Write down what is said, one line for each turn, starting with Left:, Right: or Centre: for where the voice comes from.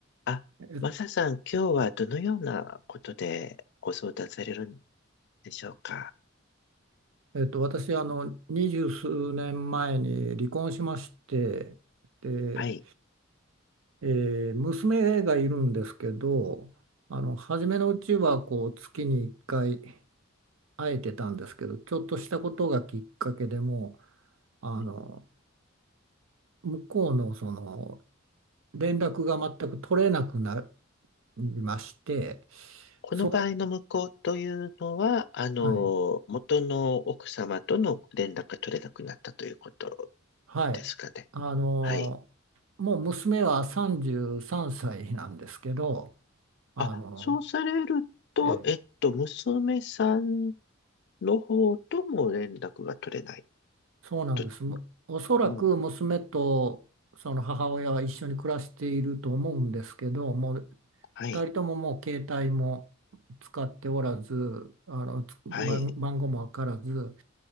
Left: あ、
Right: え、
Left: マサさん、今日はどのようなことでご相談されるんでしょうか。
Right: えっと、私、あの、二十数年前に離婚しまして、で、
Left: はい。
Right: えー娘がいるんですけど、あの、初めのうちは、こう、月に1回会えてたんですけど、ちょっとしたことがきっかけでもう、あの、
Left: はい
Right: 向こうの、その、連絡が全く取れなくなりまして、
Left: この場合の無効というのは、
Right: そ
Left: あの、
Right: う、はい、
Left: 元の奥様との連絡が取れなくなったということ
Right: はい、
Left: ですかね。
Right: あの、
Left: はい。
Right: もう娘は33歳なんですけど、あの、
Left: あ、そうされると、
Right: えー
Left: えっと、娘さんの方とも連絡が取れない
Right: そうなんです。
Left: と。
Right: むおそらく娘とその母親は一緒に暮らしていると思うんですけど、
Left: うん。
Right: もう
Left: はい。
Right: 2人とももう携帯も使っておらず、あのつ番、
Left: はい。
Right: 番号もわからず、